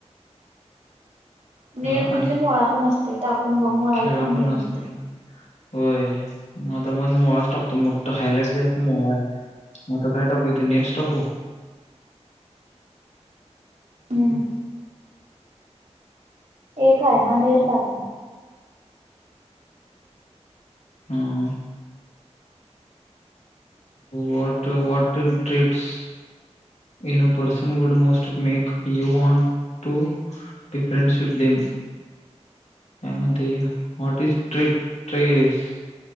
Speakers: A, on the right (about 85°); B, on the left (about 70°).
A: nail
B: हा
A: म्हणजे
B: आणि
A: मुळा पण असते टाकून बघ मुळ्याला
B: खेळा
A: पण नेल
B: नसते
A: म्हणत्यात.
B: होय म आता मन मोळाच टाकतो मोठ्ठा हायलाइट जास्त मोळा हे मता काय टाकू इथ नेल्स टाकू.
A: हम्म एकय ना नेल टाकण.
B: हम. वाट what in traits. In a person would most make you want to difference with them. काय म्हणता ये वॉट इज टे traits.